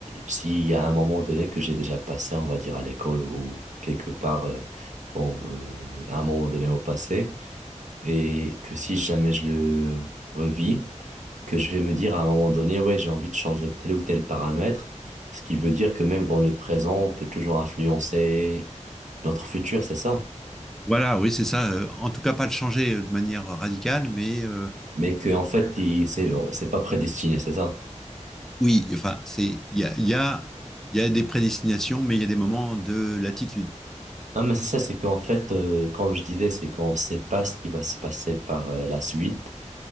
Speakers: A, on the right; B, in the centre.
A: s'il y a un moment donné que j'ai déjà passé, on va dire à l'école ou quelque part, euh, bon, euh, à un moment donné au passé, et que si jamais je le revis, que je vais me dire à un moment donné, ouais, j'ai envie de changer tel ou tel paramètre, ce qui veut dire que même dans le présent, on peut toujours influencer notre futur, c'est ça?
B: Voilà, oui, c'est ça. Euh, En tout cas, pas de changer euh, de manière radicale, mais euh,
A: Mais que, en fait, il- c'est, c'est pas prédestiné, c'est ça?
B: oui, enfin, c'est, il y a, il y a, il y a des prédestinations, mais il y a des moments de latitude.
A: Non, mais c'est ça, c'est qu'en fait, euh, comme je disais, c'est qu'on ne sait pas ce qui va se passer par euh, la suite,